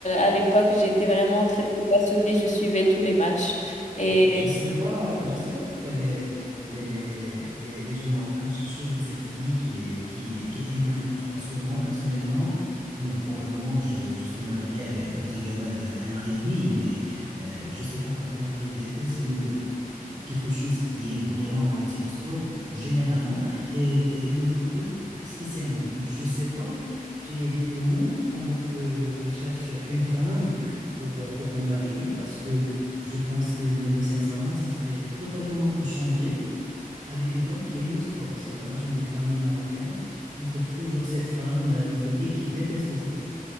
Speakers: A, on the left; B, on the right.
A: à l'époque, j'étais vraiment très très passionnée, je suivais tous les matchs. Et
B: Je je sais pas, je sais pas pourquoi les, les, les, les, les jeunes Marocains cherchent toujours cette fille qui est, qui, qui aime le foot. Parce que moi, personnellement, bon, pour le moment, je, je suis marié avec un petit gamin de un an et demi, mais euh, je sais pas pourquoi il déteste le, quelque chose qui est vraiment relatif au sport, généralement, et, et le football spécialement. Donc, je sais pas, tu étais où pendant que je cherche une femme pour, euh, pour me marier parce que je pense que ma vie, sincèrement, ça serait totalement changé avec une femme qui aime le sport, parce que la majorité des familles marocaines, on trouve toujours cette femme euh, au foyer qui déteste le football.